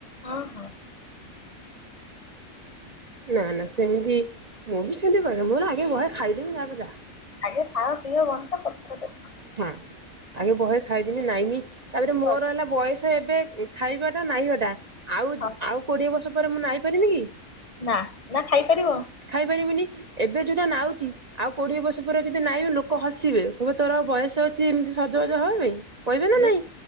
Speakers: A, on the left; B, on the right.
A: ହଁ, ହଁ
B: ନା ନା ସେମିତି ମୁଁ ବି ସେମିତି କହେନି ମୋର ଆଗେ ବହେ ଖାଇଦେବି ତା ପରେ ଯାହା।
A: ଆଗେ ଖାଅ ପିଅ ବଂଚ <unintelligible>
B: ହଁ, ଆଗେ ବହେ ଖାଇଦେମି ନାଇଁମି ତାପରେ ମୋର
A: ଚଳିବ
B: ହେଲା। ବୟସ ଏବେ ଖାଇବାଟା ନାଇଁବାଟା ଆଉ
A: ହଁ
B: ଆଉ କୋଡିଏ ବର୍ଷ ପରେ ମୁଁ ନାଇଁ ପାରିବି କି।
A: ନା ନା ଖାଇ ପାରିବ।
B: ଖାଇପାରିବିନି ଏବେ ଯୋଉଟା ନାଉଛି ଆଉ କୋଡିଏ ବର୍ଷ ପରେ ଯଦି ନାଇବି ଲୋକ ହସ୍ ସିବେ କହିବେ ତୋର ଆଉ ବୟସ ଅଛି, ଏମିତି ସଜ ବାଜ ହବା ପାଇଁ କହିବେ
A: ହୁଁ
B: ନା ନାଇଁ।